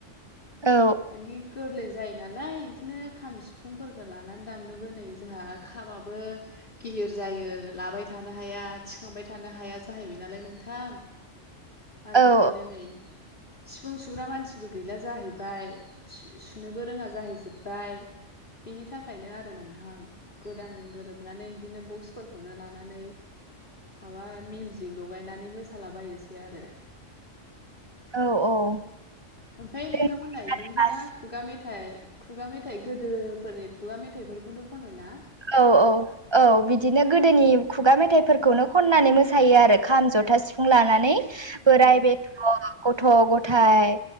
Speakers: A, on the right; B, on the left.
A: औ
B: मानि गोरलै जाय नालाय बिदिनो खाम सिफुंफोरखौ लानानै दामनोबो नै जोंहा खामाबो गिलिर जायो। लाबाय थानो हाया थिखांबाय थानो हाया जाहैबाय नालाय नोंथां। आरो
A: औ
B: बिदिनो नै सिफुं सुग्रा मानसिबो गैला जाहैबाय सु सुनोबो रोङा जाहैजोबबाय बिनि थाखायनो आरो नोंथां गोदानजों गोरोबनानै बिदिनो बक्सफोरखौ। <unintelligible> लानानै माबा मिउजिक लगायनानै मोसालाबायोसै आरो
A: औ औ
B: ओमफ्राय
A: जों
B: नोंथांमोनना बिदिनोथ'
A: गासिबो
B: ना खुगा मेथाइ खुगा मेथाइ गोदोफोरनि खुगा मेथाइफोरखौनो खनो ना?
A: औ औ औ बिदिनो गोदोनि खुगा मेथाइफोरखौनो खननानै मोसायो आरो खाम जथा जथा सिफुं लानानै बोराय
B: औ
A: बेथ' गथ' गथाय